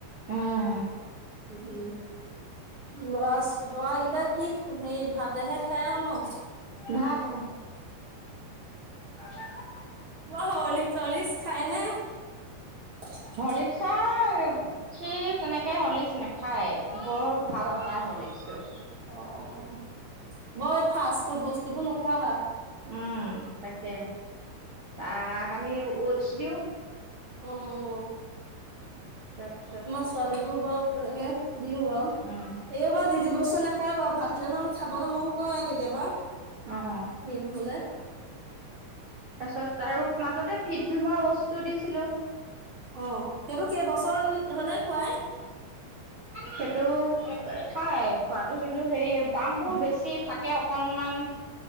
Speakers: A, on the right (about 65°); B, on the right (about 40°).
A: উম,
B: উম, লৰা-লৰাকেইটা কি হেৰি ভাতেহে খাই আৰু ন?
A: ভাত, অ'। <unintelligible>
B: কিবা হৰ্লিক্স-চৰ্লিক্স খাইনে?
A: হৰ্লিক্স আ সি সি তেনেকে হৰ্লিক্স নাখায়, বৰ ভাল নাপায় হৰ্লিক্সটো।
B: অ', বৰ এই ফাষ্টফুড বস্তুবোৰ নোখোৱাবা।
A: উম তাকে, তাক আমি ওটছ দিওঁ।
B: অ'।
A: <unintelligible>
B: আমাৰ ছোৱালীকো বাৰু তেনেকে দিওঁ বাৰু।
A: উম।
B: যিটি বস্তু নাখায় বাৰু, ভাত কেইটামান খাবলৈ মন কৰে কেতিয়াবা।
A: অ'হ
B: সেই নহ'লে।
A: পাছত আৰু মাজতে ফিট ভিমৰ বস্তু দিছিলো।
B: অ', সেইটো কেইবছৰ হলে খোৱাই?
A: সেইটো আ খাই খোৱাতো কিন্তু হেৰি, দামবোৰ বেছি থাকে অকণমান